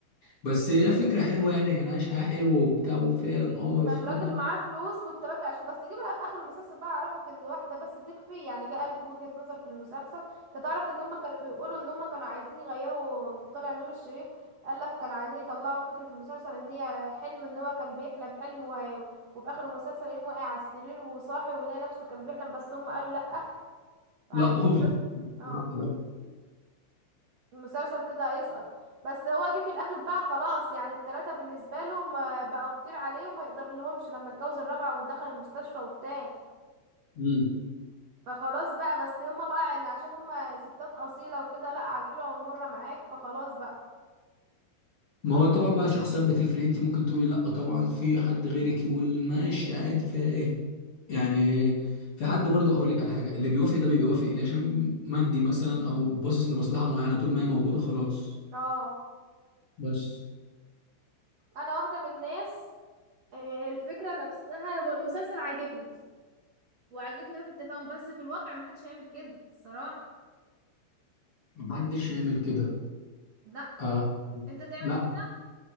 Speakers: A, on the left; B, on the right.
A: بس هي فكره حلوه يعني كان عايش حياه حلوه وبتاع وفعلا اه يفهمك
B: كان راجل معاه فلوس والتلاتة عشان بس جه بقى في اخر المسلسل بقى عرفك ان واحدة بس تكفي يعني جه قالك وجهة نظر في المسلسل انت تعرف ان هما كانوا بيقولوا ان هما كانوا عايزين يغيروا طلع نور الشريف قالك كانوا عايزين يطلعوا فكرة المسلسل ان هي حلم ان هو كان بيحلم حلم وهي وفي اخر المسلسل يقوم واقع على السرير وصاحي ويلاقي نفسه كان بيحلم بس هم قالوا لا هي
A: لا اوفر
B: اه
A: بصراحه لا
B: المسلسل كده هيسقط بس هو جه في الاخر بقى خلاص يعني التلاتة بالنسبة له ما بقوا كتير عليه وما يقدر لهمش لما اتجوز الرابعة ودخل المستشفى وبتاع
A: مم.
B: فخلاص بقى بس هما بقى عن- عشان هما ستات اصيلة وكده لا على الحلوة والمرة معاك فخلاص بقى
A: ما هو طبعا بقى شخصيات بتفرق انت ممكن تقولي لا طبعا في حد غيرك يقول ماشي عادي فيها ايه يعني في حد برضو اقول لك على حاجه اللي بيوافق ده بيوافق ليه عشان مادي مثلا او باصص لمصلحه معينه طول ما هي موجوده خلاص
B: اه
A: بس
B: انا واحدة من الناس آه، الفكرة نفسها هو المسلسل عاجبني وعاجبني روح التفاهم بس في الواقع محدش هيعمل كده الصراحة
A: محدش يعمل كده
B: لا
A: آه
B: انت تعمل
A: لا
B: كده